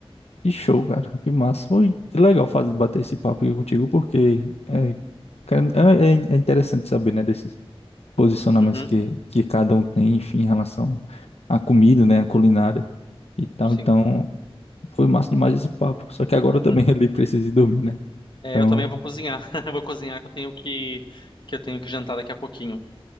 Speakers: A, on the left; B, on the left.
A: Que show, cara. Que massa. Foi legal fazer, bater esse papo aqui contigo, porque é, cara, é, é é interessante saber, né, desses posicionamentos
B: Uhum,
A: que, que cada um tem, enfim, em relação à comida, né, à culinária e tal.
B: sim.
A: Então, foi massa demais esse papo. Só que agora
B: Uhum.
A: eu também <laughs> ali preciso ir dormir, né?
B: É,
A: Então,
B: eu também vou cozinhar. <laughs> Vou cozinhar que eu tenho que, que eu tenho que jantar daqui a pouquinho.